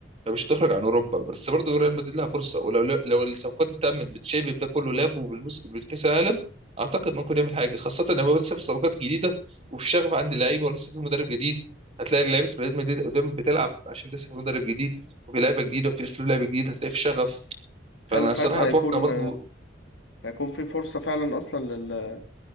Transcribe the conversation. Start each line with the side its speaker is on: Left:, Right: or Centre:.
Right: يعني مش هتخرج عن اوروبا بس برضو ريال مدريد لها فرصه ولو لو الصفقات تمت بتشافي بده كله لاب وبالمس... بالكاس العالم اعتقد ممكن يعمل حاجه خاصه ان هو لسه في صفقات جديده وفي شغف عند اللعيبه ولسه في مدرب جديد هتلاقي لعيبه ريال مدريد قدام بتلعب عشان لسه في مدرب جديد وفي لعيبه جديده وفي اسلوب لعب جديد هتلاقي في شغف
Left: هل
Right: فانا
Left: ساعتها
Right: صراحه اتوقع
Left: هيكون
Right: برضو
Left: هيكون في فرصة فعلا أصلا لل...